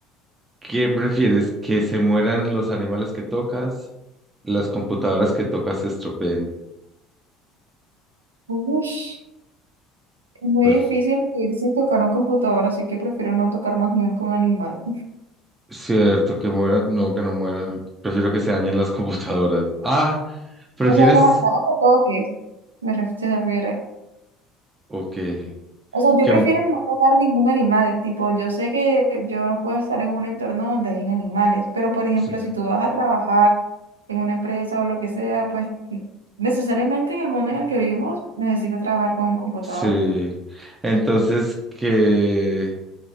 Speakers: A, on the right (about 20°); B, on the right (about 85°).
A: ¿Qué prefieres? ¿Que se mueran los animales que tocas? ¿Las computadoras que tocas se estropeen?
B: Ush, es muy
A: Pues
B: difícil vivir sin tocar un computador, así que prefiero no tocar más nunca un animal.
A: Cierto, que mueran. No, que no mueran. Prefiero que se dañen las computadoras. Ah, ¿prefieres?
B: O sea, los animales que toques, me ref- se refiere.
A: Ok.
B: O sea, yo
A: Que...
B: prefiero no tocar ningún animal. Tipo, yo sé que yo no puedo estar en un entorno donde hayan animales, pero por ejemplo,
A: Sí.
B: si tú vas a trabajar en una empresa o lo que sea, pues necesariamente en el mundo en el que vivimos necesitas trabajar con un computador.
A: sí. Entonces, que...